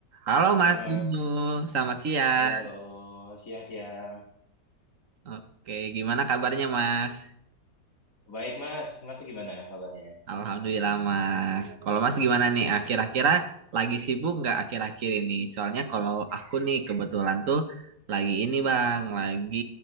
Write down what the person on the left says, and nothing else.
Halo
Mas,
halo halo, siang-siang.
Baik Mas, Mas gimana kabarnya?